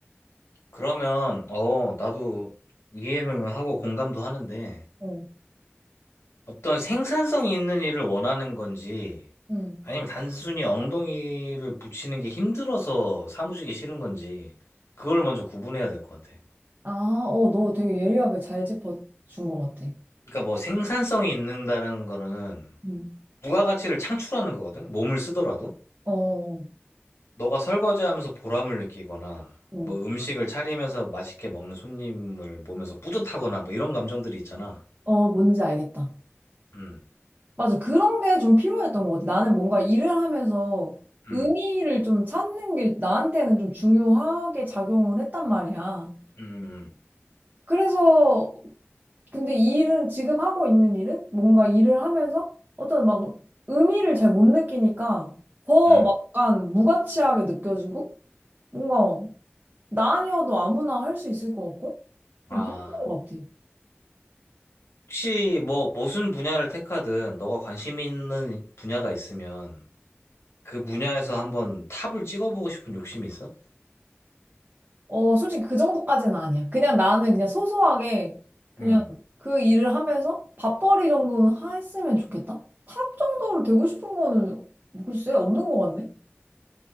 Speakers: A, on the left; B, on the right.
A: 그러면, 어, 나도 이해는 하고 공감도 하는데,
B: 어,
A: 어떤 생산성이 있는 일을 원하는 건지,
B: 응.
A: 아니면 단순히 엉덩이를 붙이는 게 힘들어서 사무직이 싫은 건지, 그걸 먼저 구분해야 될 것 같아.
B: 아, 어, 너 되게 예리하게 잘 짚어준 것 같아.
A: 그러니까 뭐 생산성이 있는다는 거는
B: 응.
A: 부가가치를 창출하는 거거든? 몸을 쓰더라도?
B: 어,
A: 너가 설거지하면서 보람을 느끼거나,
B: 어,
A: 뭐 음식을 차리면서 맛있게 먹는 손님을 보면서 뿌듯하거나, 뭐 이런 감정들이 있잖아.
B: 어, 뭔지 알겠다.
A: 음,
B: 맞아. 그런 게 좀 필요했던 것 같아. 나는 뭔가 일을 하면서
A: 음,
B: 의미를 좀 찾는 게 나한테는 좀 중요하게 작용을 했단 말이야.
A: 음. 음.
B: 그래서, 근데 이 일은, 지금 하고 있는 일은 뭔가 일을 하면서 어떤 막 의미를 잘 못 느끼니까 더
A: 음.
B: 막 약간 무가치하게 느껴지고 뭔가 나 아니어도 아무나 할 수 있을 것 같고
A: 아,
B: 그런 것 같아.
A: 혹시 뭐 무슨 분야를 택하든 너가 관심 있는 분야가 있으면 그 분야에서 한번 탑을 찍어보고 싶은 욕심이 있어?
B: 어, 솔직히 그 정도까지는 아니야. 그냥 나는 그냥 소소하게 그냥
A: 음.
B: 그 일을 하면서 밥벌이 정도는 하- 했으면 좋겠다. 탑 정도로 되고 싶은 거는 글쎄 없는 것 같네.